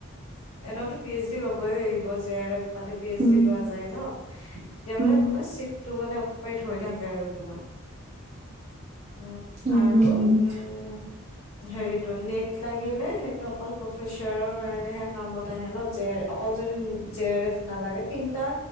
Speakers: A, on the left; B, on the right.
A: এনেতো পি এইচ ডি ল'বই লাগিব যে <unintelligible> পি এইচ
B: উম।
A: ডি লোৱা যায় ন তেতিয়া
B: উম,
A: মানে তোমাৰ চিত টো মানে অকপাই থ হৈ থাকে আৰু তোমাৰ। উম
B: উম,
A: আৰু উম। হেৰিটো নেট লাগে নে সেইটো অকল প্ৰফেছাৰ কাৰণে হে কামত আহে ন যে অকল যদি যে আৰ এফ নালাগে তিনটা